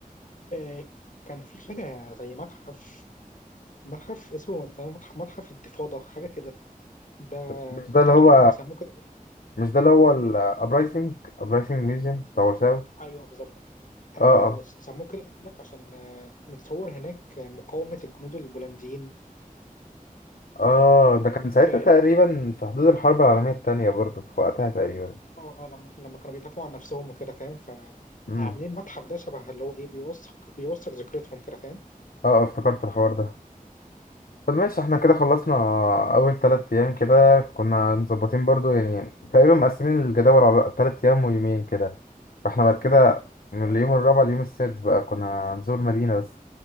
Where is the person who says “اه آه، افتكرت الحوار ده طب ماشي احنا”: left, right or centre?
Left